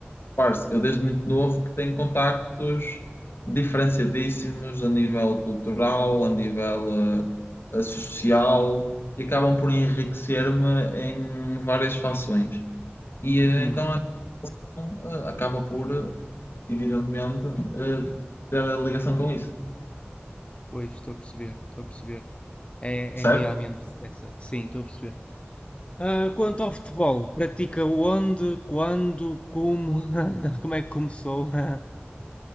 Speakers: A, on the left; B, on the left.
A: Parce que eu desde muito novo que tenho contactos diferenciadíssimos a nível cultural, a nível eh, eh, social, que acabam por enriquecer-me em várias fações. E eh,
B: Hum,
A: então, então, eh, acaba por, eh, evidentemente, eh, ter a ligação com isso.
B: pois, estou a perceber, estou a perceber. É,
A: Percebe?
B: é realmente essa. Sim, estou a perceber. Ah, quanto ao futebol, pratica onde, quando, como? <laughs> Como é que começou? <laughs>